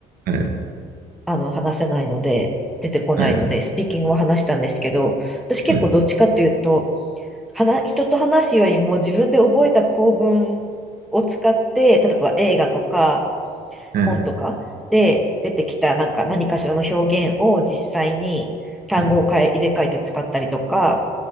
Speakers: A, on the right; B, in the centre.
A: はい、
B: あの、話せないので、出てこないので、
A: はい、
B: スピーキングは話したんですけど、私結構どっちかっていうと、
A: はい、
B: 話、人と話すよりも自分で覚えた構文を使って、例えば映画とか
A: はい、
B: 本とかで出てきたなんか何かしらの表現を実際に単語を変え、
A: はい、
B: 入れ替えて使ったりとか